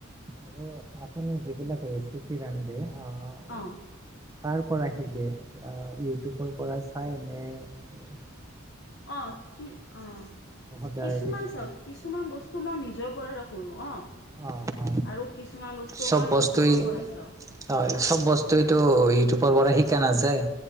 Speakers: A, on the right; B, on the left.
A: আৰু আপুনি যিবিলাক ৰেচিপি ৰান্ধে আঁহ', -
B: অঁহ।
A: কাৰ পৰা শিকে ইউটিউবৰ পৰা চাই নে? উ-
B: অঁহ', কি অঁহ', -কিছুমান
A: সদায় দেখিছে
B: চাওক- কিছুমান বস্তু মই নিজৰ পৰাই কৰোঁ অঁ', -।
A: অ অ
B: আৰু কিছুমান বস্তু
A: চব
B: মই
A: বস্তুৱেই
B: ইউটিউবৰ পৰা চাওঁ।
A: হয়, চব বস্তুটো ইউটিউবৰ পৰা শিকা নাযায়।